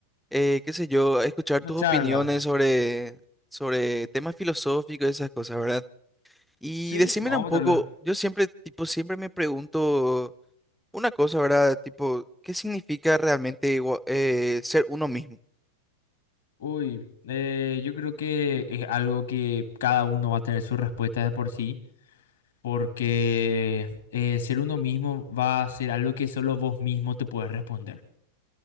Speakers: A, in the centre; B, on the left.
A: eh, qué sé yo, escuchar
B: una
A: tus
B: charla.
A: opiniones sobre, sobre temas filosóficos, y esas cosas, ¿verdad? Y
B: Sí,
A: decímela
B: vamos
A: un
B: a
A: poco,
B: meterle.
A: yo siempre, tipo, siempre me pregunto... Una cosa, ¿verdad? Tipo, ¿qué significa realmente igua- eh, ser uno mismo?
B: Uy, eh, yo creo que es algo que cada uno va a tener sus respuestas de por sí, porque eh, ser uno mismo va a ser algo que solo vos mismo te puedes responder.